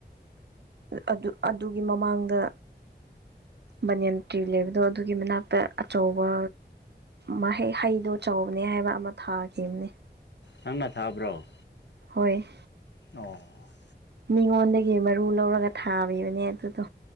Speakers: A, on the right; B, on the left.
A: ꯑꯗꯨ ꯑꯗꯨꯒꯤ ꯃꯃꯥꯡꯗ꯫ ꯕꯅꯤꯌꯟ ꯇ꯭ꯔꯤ ꯂꯩꯕꯗꯣ ꯑꯗꯨꯒꯤ ꯃꯅꯥꯛꯇ ꯑꯆꯧꯕ ꯃꯍꯩ ꯍꯩꯗꯣ ꯆꯥꯎꯕꯅꯦ ꯍꯥꯏꯕ ꯑꯃ ꯊꯥꯈꯤꯕꯅꯤ꯫
B: ꯅꯪꯅ ꯊꯥꯕ꯭ꯔꯣ꯫
A: ꯍꯣꯏ꯫
B: ꯑꯣ꯫
A: ꯃꯤꯉꯣꯟꯗꯒꯤ ꯃꯔꯨ ꯂꯧꯔꯒ ꯊꯥꯕꯤꯕꯅꯦ ꯑꯗꯨꯗꯣ꯫